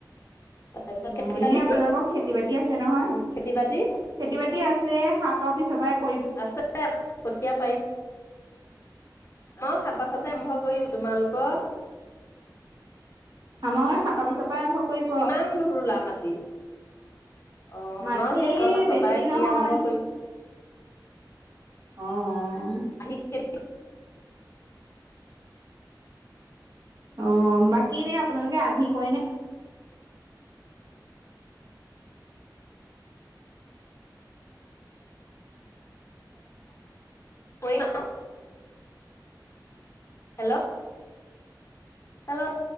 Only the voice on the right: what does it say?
অ
এনে
আপোনালোকৰ খেতি বাতি আছে নহয়?
খেতি বাতি আছে হাতৰ <inaudible>
আমাৰ সাতটা পাছৰ পৰাই আৰম্ভ কৰিম।
মাটি
বেছি
নহয়
অ
অ বাকীএনে আপোনালোকে আধি কৰে নে?